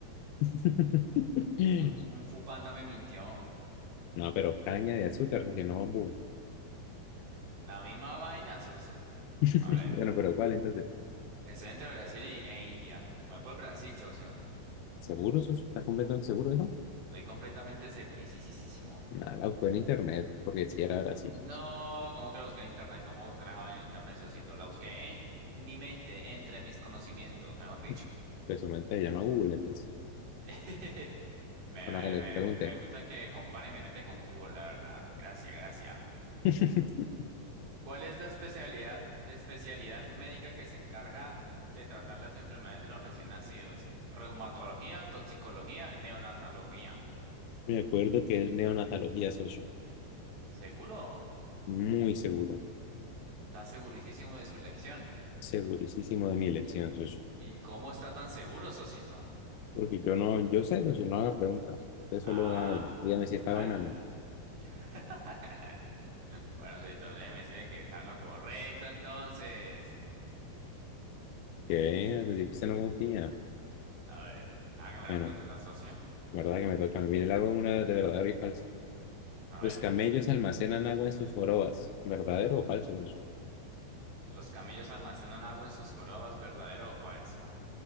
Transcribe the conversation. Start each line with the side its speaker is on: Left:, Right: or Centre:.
Left: <laughs>
Right: Kung, Kung Fu Panda me mintió.
Left: No, pero caña de azúcar, socio, no bambú.
Right: La misma vaina, socio.
Left: <laughs>
Right: A ver,
Left: Bueno, pero ¿cuál entonces?
Right: estoy entre Brasil y- e India. Me voy por Brasil, socio.
Left: ¿Seguro, socio? ¿Estás completamente seguro de eso?
Right: Estoy completamente segurísimo.
Left: Nada, la busqué en internet porque si era Brasil.
Right: No, ¿cómo que la busqué en internet? ¿Cómo buscar esa vaina en internet, socito? La busqué en mi mente, entre mis conocimientos, mejor dicho.
Left: <laughs> presumente su mente se llama Google, entonces.
Right: <laughs> Me,
Left: Bueno,
Right: me,
Left: le
Right: me,
Left: pregunté.
Right: me gusta que compare mi mente con Google, la verdad. Gracias, gracias.
Left: <laughs>
Right: ¿Cuál es la especialidad, la especialidad médica que se encarga de tratar las enfermedades de los recién nacidos? Reumatología, toxicología, neonatología.
Left: Me acuerdo que es neonatología, socio.
Right: ¿Seguro?
Left: Muy seguro.
Right: Está segurísimo de su elección.
Left: Segurísimo de mi elección,
Right: ¿Y,
Left: socio.
Right: y cómo está tan seguro, Sosito?
Left: Porque yo no, yo sé, socio, no haga preguntas. Usted solo
Right: Ah.
Left: hágalo. Dígame si está
Right: ah.
Left: buena o no.
Right: <laughs> Bueno, Sosito, déjeme decirle que está en lo correcto entonces.
Left: Para Que vea, si usted no confía.
Right: A ver, hágame una
Left: Bueno,
Right: pregunta, socio.
Left: la verdad que me toca. Mire, le hago una de verdadero y falso
Right: A
Left: Los
Right: ver,
Left: camellos almacenan agua en sus jorobas. ¿Verdadero o falso, socio?
Right: ¿los camellos almacenan agua en sus jorobas, verdadero o falso?